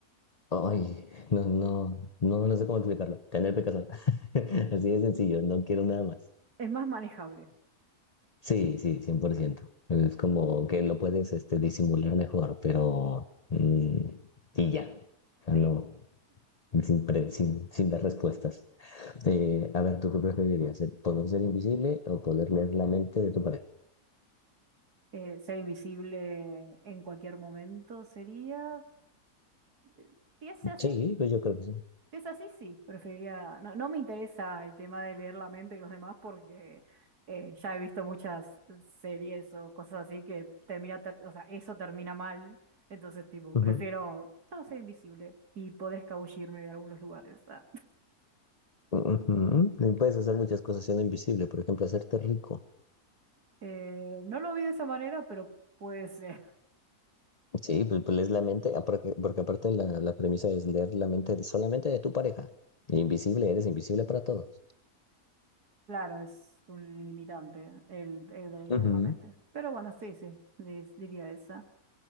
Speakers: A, on the left (about 30°); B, on the right (about 80°).
A: Ay, no, no, no, no sé cómo explicarlo. Tener picazón. <laughs> Así de sencillo, no quiero nada más.
B: Es más manejable.
A: Sí, sí, 100%. Es como que lo puedes este, disimular mejor, pero... mm, y ya. O sea,
B: Sí.
A: no, sin, pre- sin, sin dar respuestas. Eh, a ver, ¿tú qué preferirías? ¿El ¿Poder ser invisible o poder leer la mente de tu pareja?
B: Eh, ser invisible en cualquier momento sería... eh, Si es así,
A: Sí, pues yo creo que sí.
B: Es así, sí, preferiría, no, no me interesa el tema de leer la mente de los demás porque eh, ya he visto muchas series o cosas así que termina, ter- o sea, eso termina mal, entonces tipo,
A: Ujú.
B: prefiero solo ser invisible y poder escabullirme de algunos lugares. ah. <laughs>
A: Ujú. Y Puedes hacer muchas cosas siendo invisible, por ejemplo, hacerte rico.
B: Eh, no lo vi de esa manera, pero puede ser,
A: Sí, pues, pues lees la mente, ah, porque, porque aparte la, la premisa es leer la mente solamente de tu pareja. Y invisible, eres invisible para todos.
B: <laughs> claro, es un limitante el, el de leer
A: Ujú.
B: la mente. Pero bueno, sí, sí, dis- diría esa.